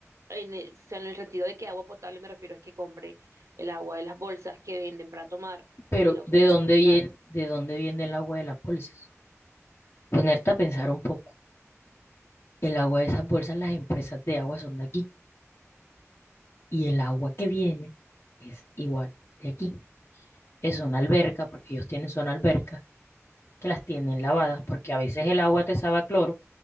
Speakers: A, on the right; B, on the left.
A: en el, o sea, en el sentido de que agua potable me refiero es que compre el agua de las bolsas que venden para tomar
B: Pero
A: y la usen
B: ¿de
A: para
B: dónde
A: cocinar.
B: viene, de dónde viene el agua de las bolsas? Ponerte a pensar un poco. El agua de esas bolsas, las empresas de agua son de aquí. Y el agua que viene es igual de aquí. Es una alberca, porque ellos tienen su alberca, que las tienen lavadas, porque a veces el agua te sabe a cloro.